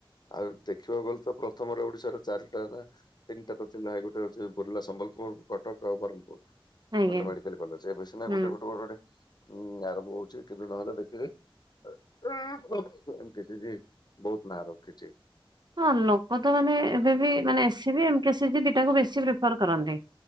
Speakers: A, on the left; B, on the right.
A: ଆଉ ଦେଖିବାକୁ ଗଲେ ତ ପ୍ରଥମର ଓଡିଶାର ଚାରିଟା ନା। ତିନିଟାର ଥିଲା ଗୋଟା ହଉଛି ବୁର୍ଲା, ସମ୍ବଲପୁର କଟକ ଆଉ ବ୍ରହ୍ମପୁର।
B: ଆଜ୍ଞା
A: ମାନେ ମେଡିକାଲ କଲେଜ ଏବେ ସିନା
B: ହୁଁ।
A: ଗୋଟେ ଗୋଟେ ଗୋଟେ ଆରମ୍ଭ ହଉଛି କିନ୍ତୁ ନହେଲେ ଦେଖିବେ ଏମକେସିଜି ବହୁତ ନାଁ ରଖିଛି।
B: ହଁ ଲୋକ ତ ମାନେ ଏବେ ବି ମାନେ ଏସିବି କେସିଜି ଦିଟାକୁ ବେଶୀ ପ୍ରିଫର କରନ୍ତି।